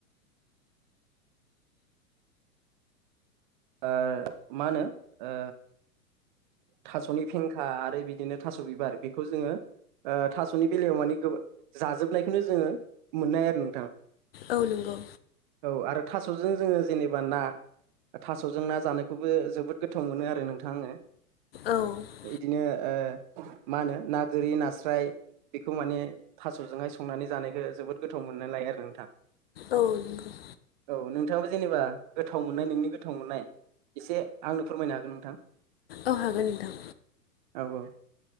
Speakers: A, on the right; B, on the left.
A: ओ मा होनो ओ थास'नि फेंखा आरो बिदिनो थास' बिबार बेखौ जोङो ओ थास'नि बेलायाव माने गो जाजोबनायखौनो जोङो मोननाय आरो नोंथां।
B: औ नंगौ।
A: औ आरो थास'जों जोङो जेनेबा ना थास'जों ना जानायखौबो जोबोद गोथाव मोनो आरो नोंथां आङो
B: औ नंगौ
A: बिदिनो ओ मा होनो ना गोरि, नास्राय बेखौ माने थास'जोंहाय संनानै जानायखौ जोबोद गोथाव मोनना लायो आरो नोंथां।
B: औ नगौ।
A: औ नोंथाङाबो जेनेबा गोथाव मोननाय नोंनि गोथाव मोननाय एसे आंनो फोरमायनो हागोन नोंथां।
B: औ हागोन नोंथां।
A: ओ बुं।